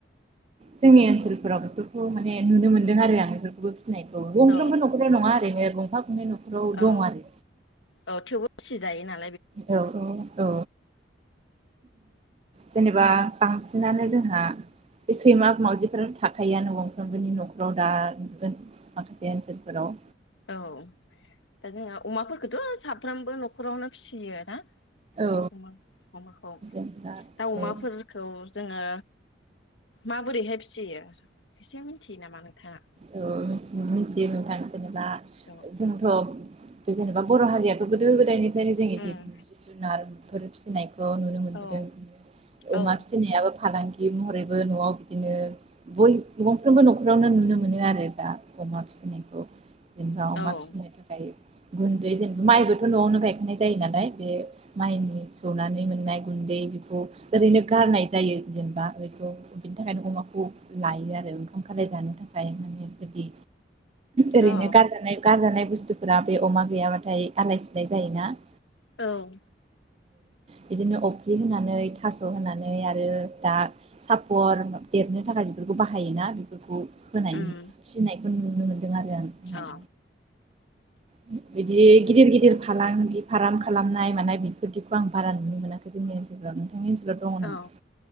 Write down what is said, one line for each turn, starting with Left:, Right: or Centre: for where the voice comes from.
Right: जोंनि ओनसोलफोराव बेफोरखौ माने ने नुनो मोनदों आरो आं बेफोरखौबो फिनायखौ गंफ्रोमबो
Left: औ
Right: नखराव नङा। बिदिनो गंफा गंनै न'खराव दं
Left: औ
Right: आरो
Left: औ थेवबो फिसि जायोना।
Right: औ औ औ। जेनेबा बांसिनानो जोंहा बे सैमा मावजिफोर थाखायोनो गंफ्रोमबोनि न'खराव दा माखासे ओनसोलफोराव
Left: औ दा जोंहा अमाफोरखौथ' साफ्रोमबो न'खरावनो फिसियो ना
Right: औ
Left: अमा अमाखौ
Right: जेनेबा
Left: दाउ अमाफोरखौ
Right: औ
Left: जोङो माबोरैहाय फिसियो एसे मिथियो नामा नोंथाङा?
Right: औ मिथियो नोंथां। जेनेबा
Left: औ
Right: जोंथ' बे जेनेबा बर' हारियाबो गोदो गोदायनि फ्राय जोंइदि
Left: उम
Right: जिब जुनार। फोर फिसिनायखौ खौनुनो मोनबोदों
Left: औ औ
Right: अमा फिसिनायाबो फालांगि गि महरैबो न'आव बिदिनो बय गंफ्रोमबो न'खरावनो नुनो मोनो। मोनो आरो दा अमा फिसिनायखौ जोंना
Left: औ
Right: अमा फिसिनो थाखाय गुन्दै जेनेबा माइबोथ' न'आवनो गायखांनाय जायो नालाय बे माइनि सौनानै मोननाय गुन्दै बेखौ ओरैनो गारनाय जायो जेनेबा बेखौ बेनि थाखायनो अमाखौ लायो आरो ओंखाम खालाय जानो थाखाय। <unintelligible> बेफोरबायदि। ओरैनो
Left: औ
Right: गारजानाय गारजानाय बु स्थुफोरा बे अमा गैयाबाथाय आलाय सिलाय जायोना। <inaudible>
Left: औ
Right: बिदिनो अफ्रि होनानै थास' होनानै आरो दा सापर देरनो थाखाय बेफोरखौ बाहायोना बेफोरखौ होनानै
Left: उम
Right: फिसिनाय। नुनो मोनो। आरो आं
Left: औ
Right: <unintelligible> बिदि गिदिर गिदिर <unintelligible> फालांगि फार्म खालामनाय मानाय बेफोर बायदिखौ आं बारा नुनो मोनाखै जोंनि ओनसोलफ्राव। नोंथांनि ओनसोलाव दङ
Left: औ
Right: नामा?